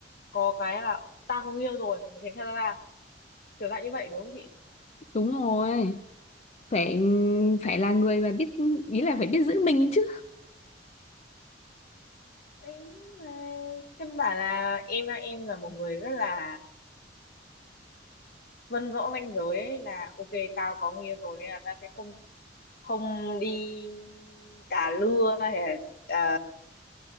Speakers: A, on the left (about 55°); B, on the left (about 35°).
A: có cái là tao có người yêu rồi mày tránh xa tao ra kiểu dạng như vậy đúng không chị
B: Đúng rồi. Phải phải là người mà biết ý là phải biết giữ mình chứ.
A: đấy mà căn bản là em là em là một người rất là vân rõ ranh giới ấy là ok tao có người yêu rồi nên là tao sẽ không không đi đà lưa hay là ờ,